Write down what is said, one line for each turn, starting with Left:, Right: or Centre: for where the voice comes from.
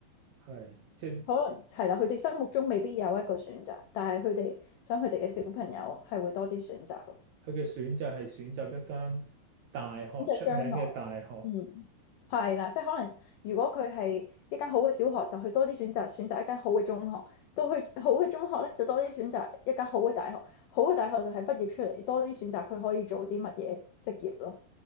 Right: 係即係
Left: 可能係啦，佢哋心目中未必有一個選擇，但係佢哋想佢哋嘅小朋友係會多啲選擇咯。
Right: 佢嘅選擇係選擇一間大學出名嘅大學，
Left: 呢就將來，嗯，係啦，即係可能如果佢係一間好嘅小學，就去多啲選擇，選擇一間好嘅中學；到去好嘅中學咧，就多啲選擇一間好嘅大學。好嘅大學就係畢業出嚟，多啲選擇佢可以做啲乜嘢職業咯。